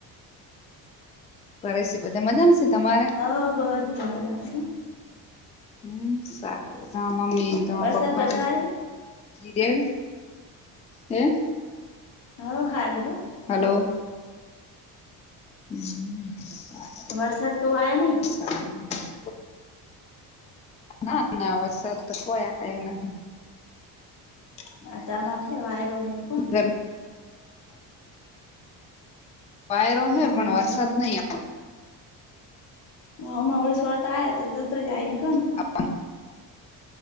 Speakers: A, on the left; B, on the left.
A: ભાવેશ એ બધા મજામાં છે તમારે
B: હા બધા મજામાં છે.
A: એમ સારું તમાર મમ્મી ન
B: વરસાદ
A: પાપ્પા
B: બધા આયા ને
A: બેન હે
B: હા હારી હો
A: હલો હ
B: વરસાદ કવું આયા નહીં
A: હા <unintelligible> ના ના વરસાદ તો કોઈ આવ્યો નહીં <unintelligible>
B: આ તમાર હે વાયરો ને એવું કોન
A: વાયરો હ પણ
B: હોવે
A: વરસાદ નહી આવે
B: હ હમા હ સોટા આ્યા તો જતો જ આવી ને કો
A: આપ